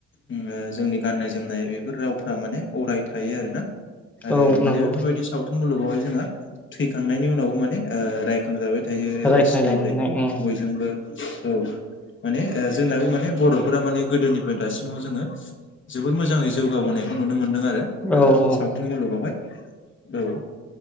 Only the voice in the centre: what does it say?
औ
नंगौ
रायखांजानो
हानाय उम
औ औ